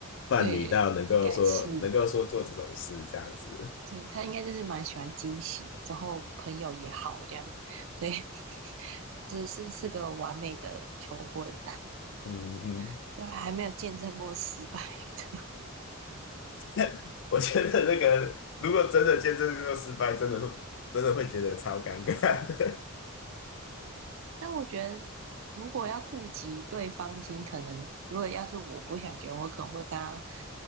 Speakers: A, on the left (about 60°); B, on the right (about 60°).
A: 伴侣到能够说能够说做这种事这样子。
B: 对，应该是，<laughs> 对，他应该就是蛮喜欢惊喜的之后朋友也好这样，所以 <laughs> 只是是个完美的求婚，
A: 嗯嗯。
B: <laughs> 对，还没有见证过失败的。
A: <laughs> 我觉得那个如果真的见证这个失败，真的真的会觉得超尴尬的
B: 但我觉得，如果要顾及对方心，可能如果要是我不想结婚，我可能会跟他，